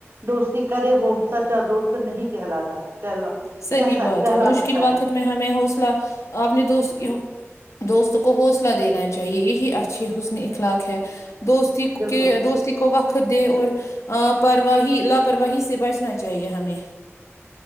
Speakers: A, on the right (about 50°); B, on the left (about 85°).
A: دوستی کرے وہ سچا دوست نہیں کہلاتا ہے کہلا
B: صحیح
A: کہہ سک
B: بات
A: کہلا
B: ہے مشکل
A: سکتا
B: وقت
A: ہے
B: میں ہمیں حوصلہ آپ نے دوست دوست کو حوصلہ دینا چاہیے یہی اچھی حسن اخلاق ہے دوستی
A: بالکل
B: کے دوستی کو وقت دیں اور آپرواہی لاپرواہی سے بچنا چاہیے ہمیں